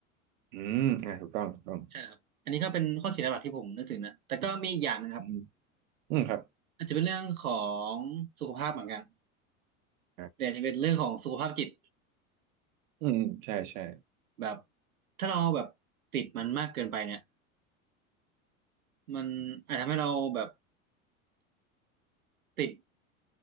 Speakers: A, on the right; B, on the right.
A: อืมอ่าถูกต้องถูกต้อง
B: ใช่ครับอันนี้ก็เป็นข้อเสียหลักๆที่ผมนึกถึงนะแต่ก็มีอีกอย่างนะครับ
A: อืมอืมครับ
B: อาจจะเป็นเรื่องของสุขภาพเหมือนกัน
A: อ่า
B: แต่อาจจะเป็นเรื่องของสุขภาพจิต
A: อืมอืมใช่ใช่
B: แบบถ้าเราแบบติดมันมากเกินไปเนี่ย มันอาจทำให้เราแบบติด